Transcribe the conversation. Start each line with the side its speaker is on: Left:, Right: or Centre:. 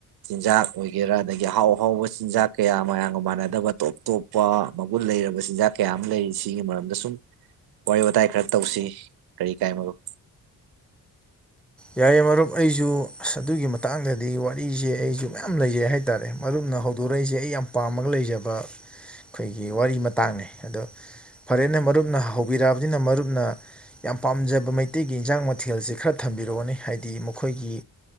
Right: ꯆꯤꯟꯖꯥꯛ ꯑꯣꯏꯒꯦꯔꯥ ꯑꯗꯒꯤ ꯑꯍꯥꯎ ꯑꯐꯥꯎꯕ ꯆꯤꯟꯖꯥꯛ ꯀꯌꯥ ꯃꯌꯥꯝꯒ ꯃꯥꯟꯅꯗꯕ ꯇꯣꯞ ꯇꯣꯞꯄ ꯃꯒꯨꯟ ꯂꯩꯔꯕ ꯆꯤꯟꯖꯥꯛ ꯀꯌꯥ ꯑꯃ ꯂꯩꯔꯤ ꯁꯤꯒꯤ ꯃꯔꯝꯗ ꯁꯨꯝ ꯋꯥꯔꯤ ꯋꯥꯇꯥꯏ ꯈꯔ ꯇꯧꯁꯤ ꯀꯔꯤ ꯀꯥꯏ ꯃꯔꯨꯞ
Centre: ꯌꯥꯏꯦ ꯃꯔꯨꯞ ꯑꯩꯁꯨ ꯑꯗꯨꯒꯤ ꯃꯇꯥꯡꯗꯗꯤ ꯋꯥꯔꯤꯁꯦ ꯑꯩꯁꯨ ꯃꯌꯥꯝ ꯂꯩꯖꯩ ꯍꯥꯏꯇꯥꯔꯦ ꯃꯔꯨꯞꯅ ꯍꯧꯗꯣꯔꯛꯏꯁꯦ ꯑꯩ ꯌꯥꯝ ꯄꯥꯝꯃꯒ ꯂꯩꯖꯕ ꯑꯩꯈꯣꯏꯒꯤ ꯋꯥꯔꯤ ꯃꯇꯥꯡꯅꯤ ꯑꯗꯣ ꯐꯔꯦꯅ ꯃꯔꯨꯞꯅ ꯍꯧꯕꯤꯔꯛꯑꯕꯅꯤꯅ ꯃꯔꯨꯞꯅ ꯌꯥꯝ ꯄꯥꯝꯖꯕ ꯃꯩꯇꯩꯒꯤ ꯏꯟꯖꯥꯡ ꯃꯊꯦꯜꯁꯦ ꯈꯔ ꯊꯝꯕꯤꯔ ꯔꯛꯑꯣꯅꯤ ꯍꯥꯏꯗꯤ ꯃꯈꯣꯏꯒꯤ